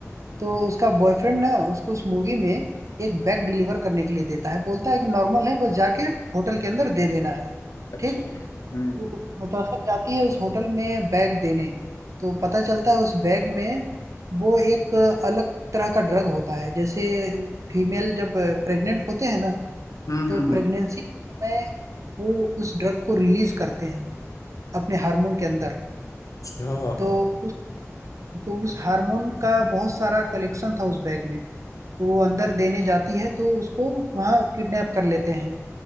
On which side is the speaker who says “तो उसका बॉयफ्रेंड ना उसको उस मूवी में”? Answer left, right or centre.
Right